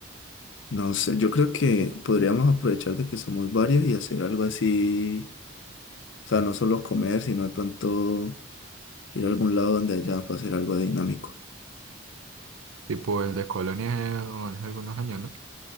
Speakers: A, on the left; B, on the right.
A: no sé, yo creo que podríamos aprovechar de que somos varios y hacer algo así O sea, no solo comer, sino de pronto ir a algún lado donde haya para hacer algo dinámico.
B: Tipo el de Colonia eh, o hace algunos años, ¿no?